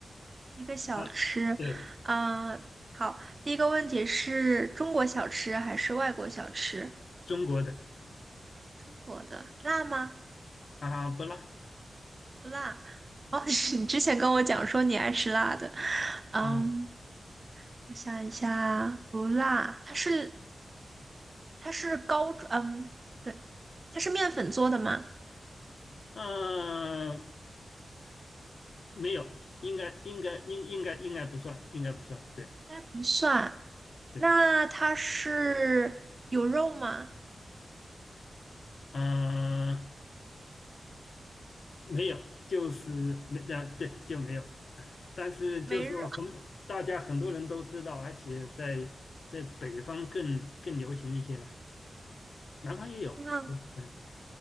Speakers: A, on the right; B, on the left.
A: 一个小吃。
B: 啊，对，
A: 嗯，好，第一个问题是中国小吃还是外国小吃？
B: 中国的
A: 中国的辣吗？
B: 啊，不辣，
A: 不辣。哦，<laughs> 是你之前跟我讲说你爱吃辣的。嗯，
B: 哦，
A: 我想一下，不辣，它是它是高，嗯，对，它是面粉做的吗？
B: 啊，没有，应该应该应应该应该不算，应该不算，对。
A: 应该不算。
B: 对，
A: 那它是有肉吗？
B: 嗯，没有，就是没，对，对，就没有。但是就说很，
A: 没肉，
B: 大家很多人都知道，而且在在北方更更流行一些吧，南方也有。
A: 嗯，
B: 就是嗯，